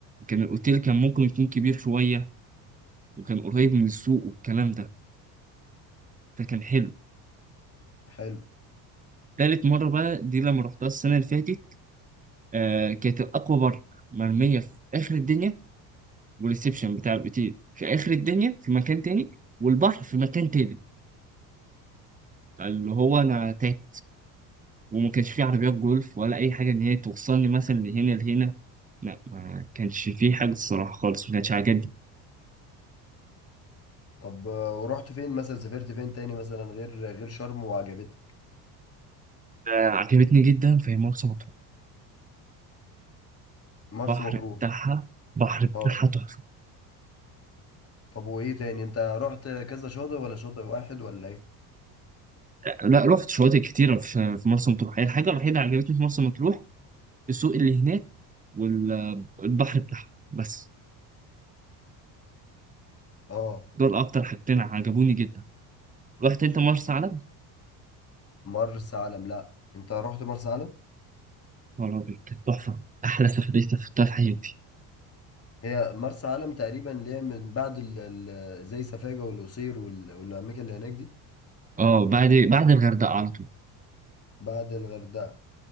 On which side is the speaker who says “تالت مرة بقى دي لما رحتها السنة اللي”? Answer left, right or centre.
Right